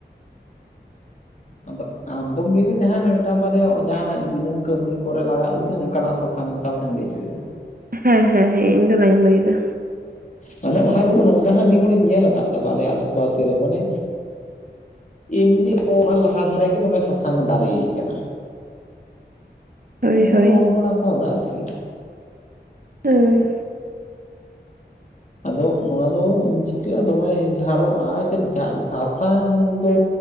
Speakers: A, on the left; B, on the right.
A: ᱟᱫᱚ ᱟᱢ ᱫᱚᱢ ᱞᱟᱹᱭ ᱫᱟ ᱡᱟᱦᱟᱸ ᱚᱱᱮ ᱢᱤᱫᱴᱟᱝ ᱵᱟᱨᱭᱟ ᱡᱟᱦᱟᱱᱟᱜ ᱫᱤᱱᱟᱹᱢ ᱠᱟᱹᱢᱤ ᱠᱚᱨᱮ ᱞᱟᱜᱟᱜ ᱞᱤᱧᱟᱹ ᱚᱱᱠᱟᱱᱟᱜ ᱥᱟ ᱥᱟᱥᱟᱝ ᱪᱟᱥ ᱮᱢ ᱞᱟᱹᱭ ᱦᱚᱪᱚᱭ ᱫᱟ᱾
B: ᱦᱮᱸ ᱦᱮᱸ ᱦᱮᱸ ᱤᱧ ᱫᱚ ᱚᱱᱟᱧ ᱞᱟᱹᱭ ᱫᱟ᱾
A: ᱢᱟᱱᱮ ᱚᱱᱟ ᱠᱚᱫᱚ ᱱᱚᱝᱠᱟ ᱦᱚᱸ ᱦᱚ, ᱸ ᱟᱹᱰᱤ ᱦᱚᱲᱤᱧ ᱧᱮᱞ ᱟᱠᱟᱫ ᱛᱟᱠᱚᱣᱟ ᱟᱞᱮᱭᱟᱜ ᱟᱛᱩ ᱯᱟᱥᱮ ᱨᱮ ᱢᱟᱱᱮ ᱮᱢᱱᱤ ᱠᱚ ᱚᱱᱟ ᱞᱟᱦᱟ ᱫᱷᱟᱨᱮ ᱜᱮ ᱫᱚᱢᱮ ᱥᱟᱥᱟᱝ ᱫᱟᱨᱮᱭ ᱠᱟᱱᱟ᱾
B: <inaudible>
A: ᱨᱚᱦᱚᱭ
B: ᱦᱳᱭ
A: ᱵᱟᱲᱟ ᱠᱟᱣᱫᱟ ᱟᱨᱠᱤ᱾
B: ᱦᱩᱸ᱾
A: ᱟᱫᱚ ᱱᱚᱣᱟ ᱫᱚ ᱪᱤᱠᱟᱹᱜᱼᱟ ᱫᱚᱢᱮ ᱡᱷᱟᱲᱚᱜᱼᱟᱭ ᱥᱮ ᱡᱟ ᱥᱟᱥᱟᱝ ᱫᱚ